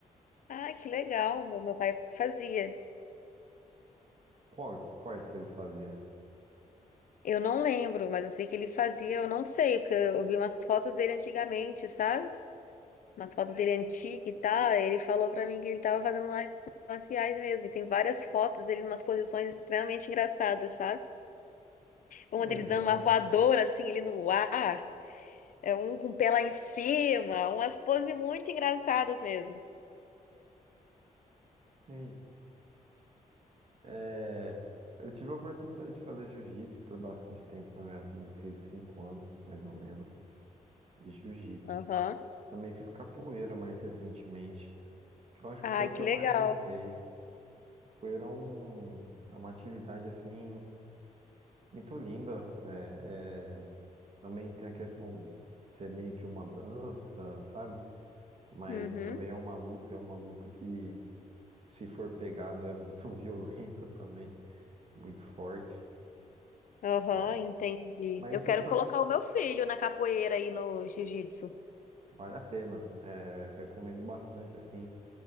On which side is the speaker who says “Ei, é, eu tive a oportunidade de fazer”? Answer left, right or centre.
Right